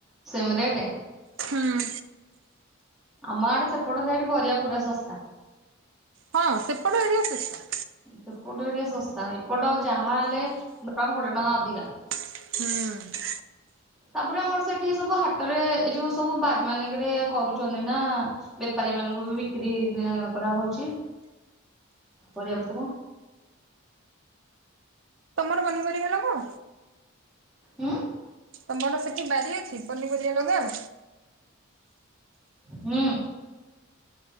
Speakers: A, in the centre; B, on the right (about 65°).
A: ସେମରେଟ୍।
B: ହଁ
A: ଆମ ଆଡେ ସେପଟ ସେଇଠି ବରିିବା ପୁରା ଶସ୍ତା।
B: ହଁ ସେପଟେ ଏରିଆ ଶସ୍ତା।
A: ସେପଟ ଟିକେ ଶସ୍ତା ଏପଟ ଯାହା ହେଲେ ଦୁ ଟଙ୍କା କୋଡିଏ ଟଙ୍କା ଅଧିକା।
B: ହୁଁ
A: ତାପରେ ଆମର ସେଠି ସବୁ ହାଟରେ ଏ ଯୋଉ ସବୁ ବାରି ମାନଙ୍କରେ କରୁଛନ୍ତି ନା। ବେପାରୀ ମାନଙ୍କୁ ବି ବିକ୍ରି କରାହଉଛି ପରିବା ପତ୍ର।
B: ତମର ପନିପରୀବା ଲଗାଅ।
A: ହୁଁ
B: ତମର ସେଠି ବାରି ଅଛି ପନିପରିବା ଲଗାଅ।
A: ହୁଁ